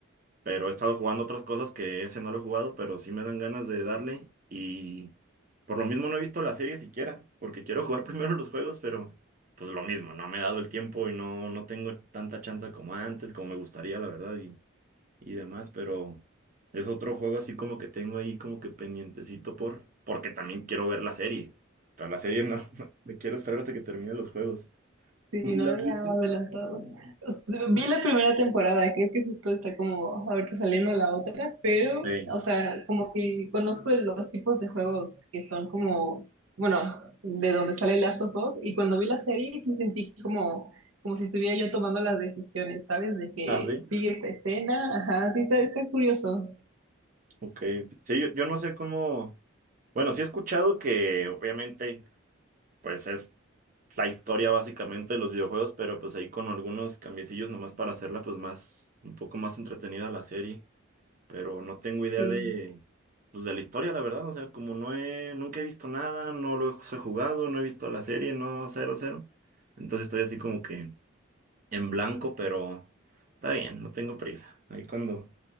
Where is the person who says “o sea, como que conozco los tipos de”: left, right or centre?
Right